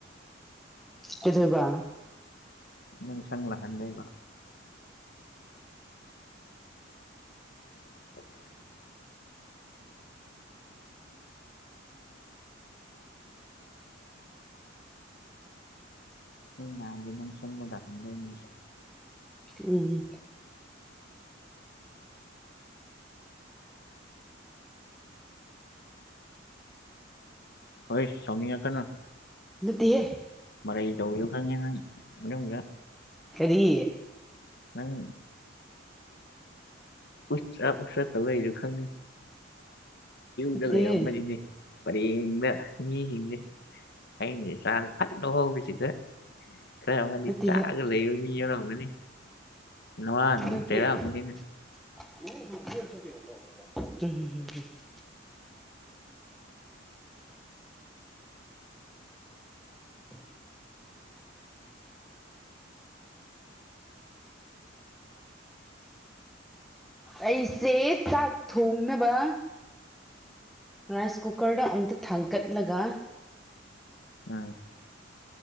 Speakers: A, in the centre; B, on the left.
A: ꯀꯊꯣꯏꯕ
B: ꯅꯪ ꯁꯪꯂ ꯍꯥꯟꯗꯥꯏꯃ <unintelligible> ꯍꯅ ꯃꯣꯟ ꯆꯪꯕꯣꯗꯝꯗ ꯃꯤ
A: ꯎꯝ
B: ꯍꯣꯏ ꯁꯥꯎꯃꯤꯌꯥ ꯀꯅꯥ
A: ꯅꯠꯇꯤꯍꯦ
B: ꯃꯔꯥꯏ ꯗꯎꯏ ꯌꯎ ꯈꯪꯉꯦꯅ ꯃꯅ ꯃ꯭ꯔꯦ
A: ꯀꯔꯤꯌꯦ
B: ꯪ ꯎꯁ ꯎꯁꯥ ꯇꯥꯎ ꯂꯩꯥꯏꯔ ꯈꯪꯅꯤ
A: ꯅꯠꯇꯦꯍꯦ
B: ꯀ ꯂꯩ ꯑꯅꯤꯅꯦ ꯄꯔꯦꯡꯗ ꯃꯤꯁꯤꯡꯁꯦ ꯍꯌꯦꯡꯁꯦ ꯆꯥꯅ ꯐꯠꯅ ꯍꯧꯕꯧꯕꯤꯁꯤꯗ ꯈꯔ ꯑꯃꯅꯤꯅꯤ
A: ꯅꯠꯇꯦꯍꯦ
B: ꯆꯥꯒ ꯂꯩꯕ ꯃꯤ ꯌꯥꯎꯔꯝꯒꯅꯤ ꯅꯅꯨꯡꯉꯅꯅꯨꯡ
A: ꯅꯠꯇꯦ
B: ꯆꯔꯅꯤꯅꯦ
A: <unintelligible> ꯎ ꯑꯩꯁꯦ ꯆꯥꯛ ꯊꯣꯡꯅꯕ ꯔꯥꯏꯁ ꯀꯨꯀꯔꯗ ꯑꯝꯇ ꯊꯥꯡꯀꯠꯂꯒ
B: ꯎꯝ